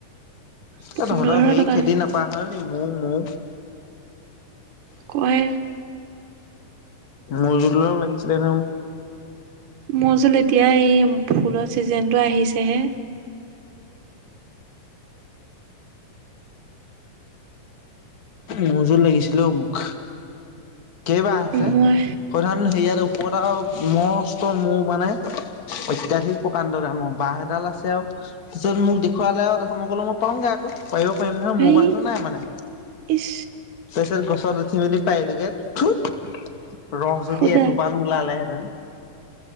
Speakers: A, on the right; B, on the left.
A: পোন্ধৰ
B: এ তহঁতৰ হে
A: টকা
B: খেতি নকৰা হল নি মৌ মৌ
A: কৰে।
B: মৌজোল আলপ লাগিছিলে নহয় মোক?
A: মৌজোল, এতিয়া সেই ফুলৰ চিজন টো আহিছে হে।
B: মৌজোল লাগিছিলে ঔ মোক। কেই বাঁহ আছে?
A: মই
B: সৌ দিনাখন হেৰিয়াত মোৰ এটা মষ্ট মৌ মানে অত্যাধিক প্ৰকাণ্ড বাঁহ এডাল আছে আৰু পিছত মোক দেখুৱালে আৰু মইকলো মই পাৰোংগৈ আকৌ। পাৰিব পাৰিম নহয়
A: সেই
B: মৌ বাঁহটো নাই, মানে
A: ইচ
B: তাৰপিছত গছত উঠি মেলি পাৰিলোগে। দুৎ ৰস যদি
A: সুদা
B: এটোপাল ওলালে হেঁতেন।